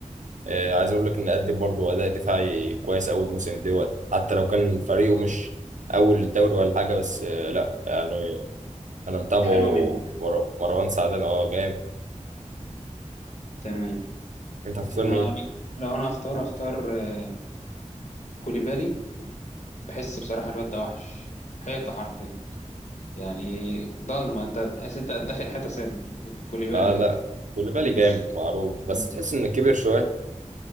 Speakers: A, on the right (about 75°); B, on the left (about 65°).
A: آه، عايز اقول لك ان قدم برضه اداء دفاعي كويس اول موسم دوت حتى لو كان فريقه مش اول الدوري ولا حاجه بس آه، لا يعني انا متابعه
B: حلوه منك
A: مر- مروان سعدان اه جامد
B: تمام
A: انت هتختار
B: انا
A: مين؟
B: لو انا هختار اختار آه، كوليبالي بحس بصراحه الواد ده وحش حيطه حرفيا يعني ضلمه انت تحس انت داخل حته سد الكوليبالي
A: اه
B: ده
A: لا كوليبالي
B: مم.
A: جامد معروف بس
B: مم.
A: تحس ان كبر شويه